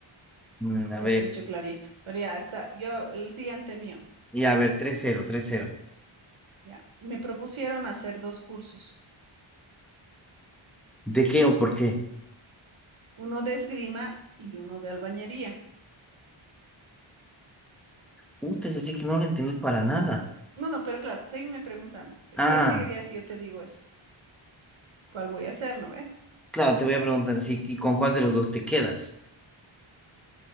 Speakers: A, in the centre; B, on the right.
A: Mm, a
B: Te
A: ver.
B: escucho Sí. clarito. Pero ya está. Yo, el siguiente mío.
A: Y a ver, tres cero, tres cero.
B: Ya. Me propusieron hacer dos cursos,
A: ¿De qué o por qué?
B: uno de esgrima y uno de albañería.
A: Puta, es así que no lo entendí para nada.
B: No, no, pero claro, seguime preguntando. ¿Qué,
A: Ah,
B: qué seguiría si yo te digo eso? ¿Cuál voy a hacer, no ve?
A: claro, te voy a preguntar así. ¿Y con cuál de los dos te quedas?